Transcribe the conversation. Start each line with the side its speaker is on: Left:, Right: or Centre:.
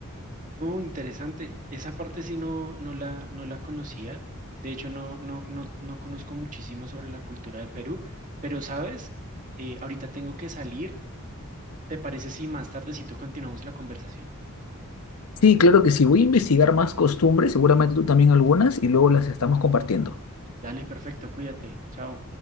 Right: Oh, interesante. Esa parte sí no, no la, no la conocía. De hecho, no, no, no, no conozco muchísimo sobre la cultura de Perú, pero sabes, Eh, ahorita tengo que salir. ¿Te parece si más tardecito continuamos la conversación?
Left: Sí, claro que sí. Voy a investigar más costumbres, seguramente tú también algunas, y luego las estamos compartiendo.
Right: Dale, perfecto, cuídate. Chao.